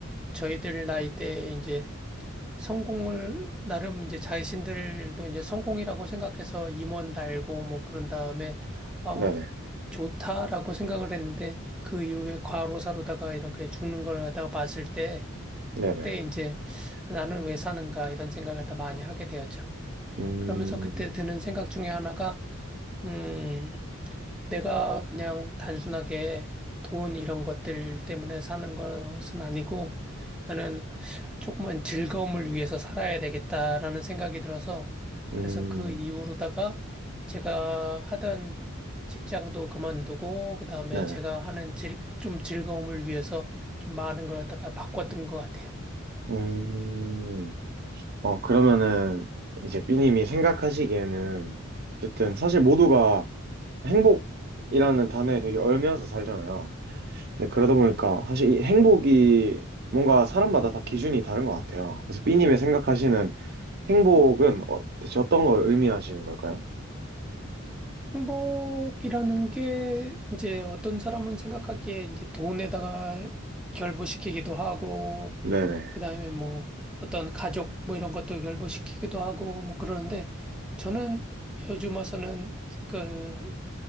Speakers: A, in the centre; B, on the right.
A: 저희들 나이 때 이제 성공을 나름 이제 자신들도 이제 성공이라고 생각해서 임원 달고 뭐 그런 다음에 어,
B: 네네.
A: 좋다라고 생각을 했는데 그 이후에 과로사로다가 이렇게 죽는 걸 갖다가 봤을 때
B: 네네.
A: 그때 이제 나는 왜 사는가 이런 생각을 갖다 많이 하게 되었죠.
B: 음,
A: 그러면서 그때 드는 생각 중에 하나가 음. 내가 그냥 단순하게 돈 이런 것들 때문에 사는 것은 아니고 나는 조금은 즐거움을 위해서 살아야 되겠다라는 생각이 들어서
B: 음,
A: 그래서 그 이후로다가 제가 하던 직장도 그만두고 그다음에
B: 네네.
A: 제가 하는 즐, 좀 즐거움을 위해서 좀 많은 걸 갖다가 바꿨던 것 같아요.
B: 음. 어, 그러면은 이제 B님이 생각하시기에는 어쨌든 사실 모두가 행복이라는 단어에 되게 얽매여서 살잖아요. 근데 그러다 보니까 사실 이 행복이 뭔가 사람마다 다 기준이 다른 것 같아요. 그래서 B님이 생각하시는 행복은 어, 대체 어떤 걸 의미하시는 걸까요?
A: 행복이라는 게 이제 어떤 사람은 생각하기에 이제 돈에다가 결부시키기도 하고,
B: 네네.
A: 그다음에 뭐 어떤 가족 뭐 이런 것도 결부시키기도 하고 뭐 그러는데 저는 요즘 와서는 그,